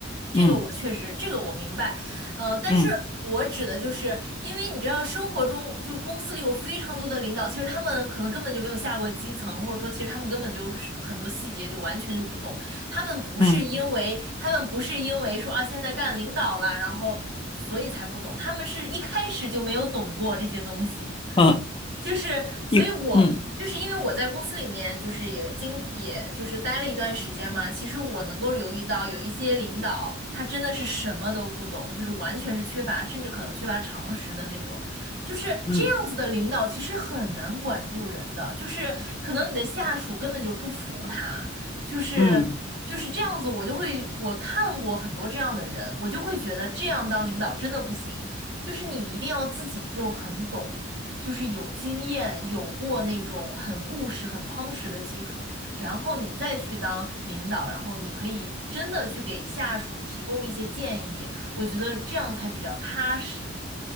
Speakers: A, on the right; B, on the left.
A: 这个我确实，
B: 嗯
A: 这个我明白，呃，但是我指的就是，
B: 嗯
A: 因为你知道，生活中就公司里有非常多的领导，其实他们可能根本就没有下过基层，或者说，其实他们根本就是很多细节就完全就不懂。他们不是因为，
B: 嗯。
A: 他们不是因为说啊，现在干领导了，然后所以才不懂，他们是一开始就没有懂过这些东西。
B: 嗯，
A: 就是，所以我就是因为我在公司里面，
B: 因嗯
A: 就是也经，也就是待了一段时间嘛。其实我能够留意到，有一些领导他真的是什么都不懂，就是完全是缺乏，甚至可能缺乏常识的那种。就是这样子的领导，
B: 嗯
A: 其实很难管住人的。就是可能你的下属根本就不服他，就是就是这样子。
B: 嗯，
A: 我就会我看过很多这样的人，我就会觉得这样当领导真的不行，就是你一定要自己就很懂。就是有经验，有过那种很务实、很夯实的基础，然后你再去当领导，然后你可以真的去给下属提供一些建议，我觉得这样才比较踏实。